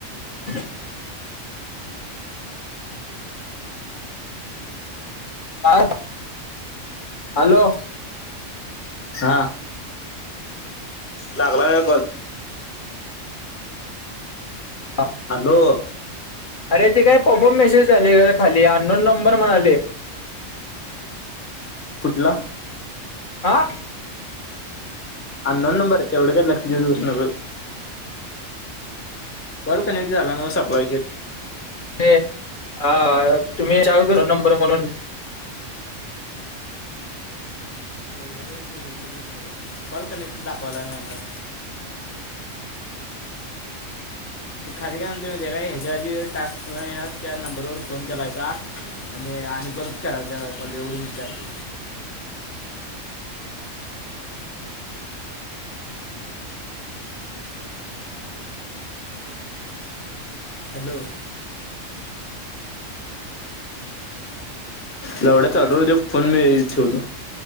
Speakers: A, on the left; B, on the left.
A: <inaudible> का हॅलो
B: हा लागला का कोण
A: हा
B: हॅलो
A: अरे ते काय पपप मेसेज झाले ग खाली अन नोन नंबर म्हणाले
B: कुठला
A: आं
B: अ नोन नंबर य ते एवढ का लक्ष दिऊस नकू कॉ कनेक्ट झाला ना सप्ला
A: हा तुम्ही सांगत नंबर म्हणून
B: एवढे कायचे हटच बस नको बॉल का दाखवला आता खा्री काय म्हणते काय ह्याच्या आध टास्क त्या नंबरवर फोन केलायचा आणि आणि परच करायच एवढंच विचारते हॅलो लावड्या चालू हो फोन मी ठेवतो